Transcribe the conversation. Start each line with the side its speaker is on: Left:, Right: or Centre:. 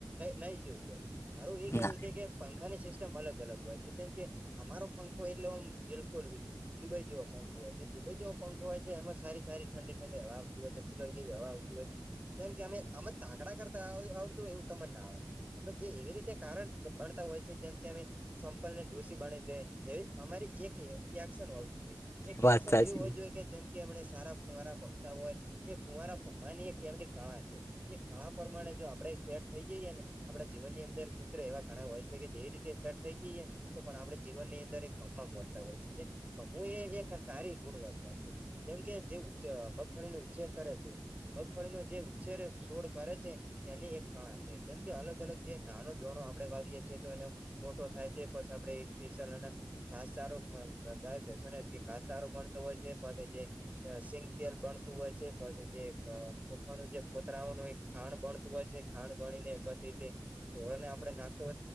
Right: નહી જોયું હોય મારું એ કેવું
Left: ના
Right: છે કે પંખાની સિસ્ટમ અલગ અલગ હોય છે જેમ કે અમારો કો એટલે હું બિલકુલી દુબઈ જેવો પંખ હોય છે દુબઈ જેવો પંખ હોય છે એમાં સારી સારી ઠંે ઠંડે આવતીું હોય છે જેમ કે અમે અમ તાકડા કરતા આવડત હોય એવું તમને ના આવે અમે જે એવી રીતે કારણ બણતા હોય છે જેમ કે અમે સંપલને ડોસીી બણી દે એવી અમારી એક એક્શન હોવી જોઈએ એક
Left: વાત
Right: એક્શન
Left: સાચી
Right: એવી હોવી જોઈએ કે જેમ કે એમને સારા કુવારા ફમતા હોય એ કુવારા ફમવાની એક એમની કાળા છે એ કળા પ્રમાણે જો આપડે સેટ થઈ જઈએ ને આપણા જીવનની અંદર સૂત્ર એવા ઘણા હોય છે કે જેવી રીતે સેટ થઈ જઈએ તો પણ આપણે જીવનનીંદ ખમ મળતા હોય છે જેું એ એક સારી ગુણવત્તા છે જેમ કે જે મગફળીને ઉછેર કરે છે મગફળીનો જે ઉછેર છોડ કરે છે એની એક કળા છે જેમ કે અલગ અલગ જે નાનો દોણો આપડણે વાવીએ છીએ તો એનો મોટો થાય તેસ આપડે સ્પેશલ ખાસ સારું ગાય શુંને ખાસ સારું ગણતો હોય છે પણ સિંગ તેલ બનતું હોય છે પછી જેાનું જે ફતરાઓનું ખાંણ ભણતું હોય છે ખાંણ ભણીને પછી તોોળને આપણે નાખતો હો